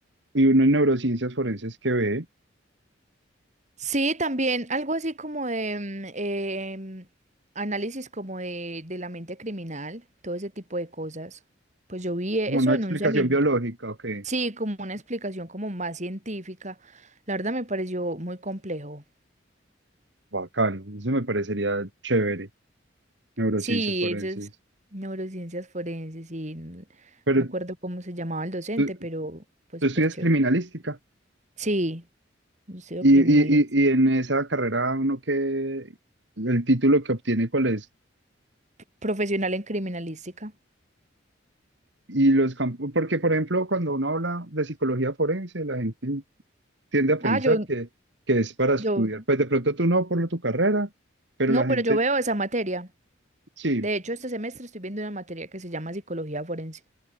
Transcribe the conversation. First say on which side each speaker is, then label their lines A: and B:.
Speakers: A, on the right; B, on the right.
A: Y uno en neurociencias forenses que ve
B: Sí, también algo así como de mm, em, análisis como de, de la mente criminal, todo ese tipo de cosas. Pues yo vi eso
A: como una
B: en
A: explicación
B: un seminario.
A: biológica, ok,
B: Sí, como una explicación como más científica. La verdad me pareció muy complejo.
A: bacano, eso me parecería chévere, neurociencias
B: Sí,
A: forenses.
B: esas neurociencias forenses y no
A: Pero
B: me acuerdo cómo se llamaba el docente,
A: tú,
B: pero fue
A: tú
B: súper
A: estudias
B: chévere.
A: criminalística
B: Sí, yo soy
A: y,
B: criminalista.
A: y, y y en esa carrera uno que, el título que obtiene, ¿cuál es?
B: Profesional en criminalística.
A: Y los campos, porque por ejemplo, cuando uno habla de psicología forense, la gente tiende a pensar
B: Ah, yo,
A: que, que es para
B: yo,
A: estudiar. Pues de pronto tú no por tu carrera, pero
B: no,
A: la
B: pero
A: gente
B: yo veo esa materia.
A: sí.
B: De hecho, este semestre estoy viendo una materia que se llama psicología forense.